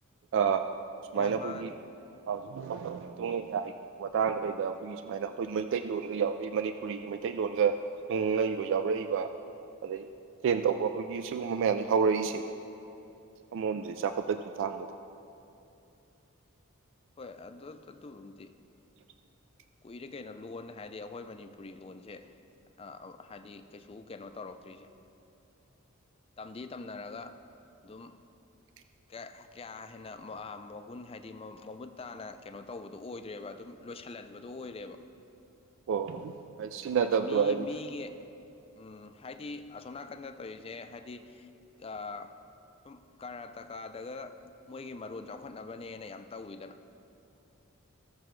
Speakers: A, on the right; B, on the left.
A: ꯑ ꯁꯨꯃꯥꯏꯅ
B: ꯍꯣꯏ ꯃꯥꯅꯤ
A: ꯑꯩꯈꯣꯏꯒꯤ <unintelligible> ꯃꯇꯥꯡꯗ ꯀꯩꯗ ꯑꯩꯈꯣꯏꯒꯤ ꯁꯨꯃꯥꯏꯅ ꯑꯩꯈꯣꯏ ꯃꯩꯇꯩꯂꯣꯟꯒ ꯌꯥꯎꯋꯤ ꯃꯅꯤꯄꯨꯔꯤꯒꯤ ꯃꯩꯇꯩꯂꯣꯟꯒ ꯈꯪꯉꯛꯏꯕ ꯌꯥꯎꯔꯛꯏꯕ ꯑꯗꯩ ꯇ꯭ꯔꯦꯟ ꯇꯧꯕ ꯑꯩꯈꯣꯏꯒꯤ ꯁꯤꯒꯨꯝꯕ ꯃꯌꯥꯝꯁꯦ ꯍꯧꯔꯛꯏꯁꯦ ꯑꯃꫪꯣꯝꯗꯗꯤ ꯆꯥꯎꯈꯠꯄꯩ ꯈꯣꯡꯊꯥꯡꯅꯤ
B: ꯍꯣꯏ ꯑꯗꯨ ꯑꯗꯨꯕꯨꯗꯤ
A: <unintelligible> <inaudible>
B: ꯀꯨꯏꯔꯦ ꯀꯩꯅꯣ ꯂꯣꯟ ꯍꯥꯏꯗꯤ ꯑꯩꯈꯣꯏ ꯃꯅꯤꯄꯨꯔꯤ ꯂꯣꯟꯁꯦ ꯑꯥ ꯍꯥꯏꯗꯤ ꯀꯩꯁꯨ ꯀꯩꯅꯣ ꯇꯧꯔꯛꯇ꯭ꯔꯤꯁꯦ ꯇꯝꯗꯤ ꯇꯝꯅꯔꯒ ꯑꯗꯨꯝ
A: <unintelligible> <inaudible>
B: ꯀꯌꯥ ꯍꯦꯟꯅ ꯃꯒꯨꯟ ꯍꯥꯏꯗꯤ ꯃꯃꯨꯠ ꯇꯥꯅ ꯀꯩꯅꯣ ꯇꯧꯕꯗꯣ ꯑꯣꯏꯗ꯭ꯔꯦꯕ ꯑꯗꯨꯝ ꯂꯣꯏꯁꯤꯜꯍꯟꯕ ꯗꯣ ꯑꯣꯏꯔꯦꯕ
A: ꯍꯣꯏ ꯍꯣꯏ ꯑꯩ ꯁꯤꯖꯤꯟꯅꯗꯕꯗꯣ
B: ꯍꯥꯏꯗꯤ ꯃꯤꯒꯤ
A: ꯑꯩꯗꯤ
B: ꯃꯤꯒꯤ ꯎꯝ ꯍꯥꯏꯗꯤ ꯑꯁꯣꯝ ꯅꯥꯀꯟꯗ ꯇꯧꯔꯤꯁꯦ ꯍꯥꯏꯗꯤ ꯑꯥ ꯁꯨꯝ ꯀꯔꯅꯥꯇꯀꯥꯗꯒ ꯃꯣꯏꯒꯤ ꯃꯔꯣꯟ ꯆꯥꯎꯈꯠꯅꯕꯅꯦꯅ ꯌꯥꯝ ꯇꯧꯋꯤꯗꯅ